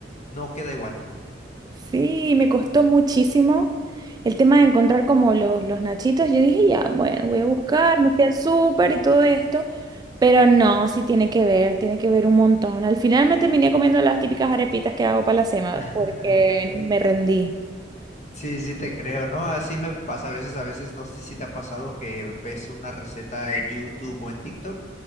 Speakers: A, on the left; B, on the right.
A: no queda igual.
B: Sí, me costó muchísimo el tema de encontrar como los, los nachitos. Yo dije, ya, bueno, voy a buscar, me fui al súper y todo esto, pero no, sí tiene que ver, tiene que ver un montón. Al final me terminé comiendo las típicas arepitas que hago para la semana
A: <laughs>
B: porque me rendí.
A: Sí, sí te creo, ¿no? Así me pasa a veces, a veces no sé si te ha pasado que ves una receta en YouTube o en TikTok